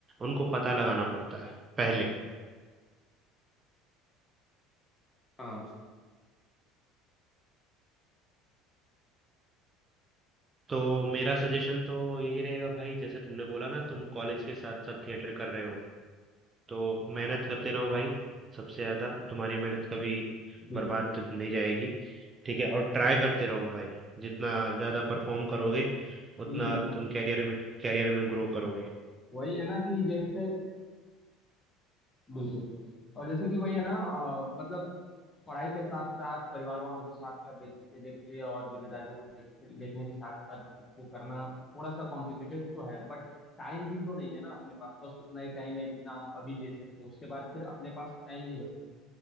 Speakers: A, on the right; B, on the left.
A: उनको पता लगाना पड़ता है पहले
B: हाँ,
A: तो मेरा सजेशन तो यही रहेगा भाई जैसे तुमने बोला ना तुम कॉलेज के साथ साथ थिएटर कर रहे हो तो मेहनत करते रहो भाई
B: हाँ।
A: सबसे ज्यादा तुम्हारी मेहनत कभी
B: बिल्कुल,
A: बर्बाद तो नहीं जाएगी ठीक है और ट्राई करते रहो भाई जितना ज्यादा परफॉर्म करोगे उतना
B: बिल्कुल, बिल्कुल।
A: तुम कैरियर में कैरियर में ग्रो करोगे
B: वही है ना कि जैसे बिल्कुल और जैसे कि वही है ना अ, मतलब पढ़ाई के साथ-साथ परिवार वालों को साथ-साथ देखते-देखते और ज़िम्मेदारियों को देखते देखने के साथ-साथ उसको करना थोड़ा-सा कॉम्प्लिकेटेड तो है बट टाइम भी तो नहीं है ना अपने पास, बस उतना ही टाइम है जितना हम अभी दे सकते हैं, उसके बाद फिर अपने पास टाइम नहीं बचता।